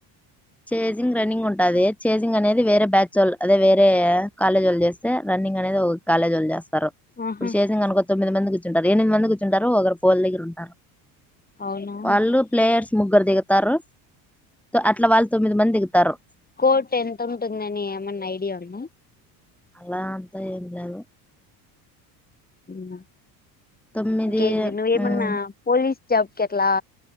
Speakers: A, in the centre; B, on the left.
A: చేసింగ్ రన్నింగ్ ఉంటుది చేసింగ్ అనేది వేరే బ్యాచ్ వాళ్ళు అదే వేరే కాలేజ్ వాళ్లు చేస్తే రన్నింగ్ అనేది కాలేజ్ వాళ్ళు చేస్తారు
B: ఆహా
A: ఇప్పుడు చేసింది అనుకో తొమ్మిది మందికి టారు ఎనిమిది మంది కూర్చొంటారు ఒక ఫోల్ దగ్గర ఉన్
B: అవునా
A: వాళ్ళు ప్లేయర్స్ ముగ్గురు దిగుతారు అట్లా వాళ్ళు తొమ్మిది మంది దిగుతారు
B: కోట్ ఎంత ఉంటుందని ఏమన్నా ఐడియా ఉంద
A: అలా అంతా ఏం లేదు
B: మ్
A: తొమ్మిది
B: ఇకేంటి నువేమన్నా
A: ఉమ్,
B: పోలీస్ జబ్ కేట్లా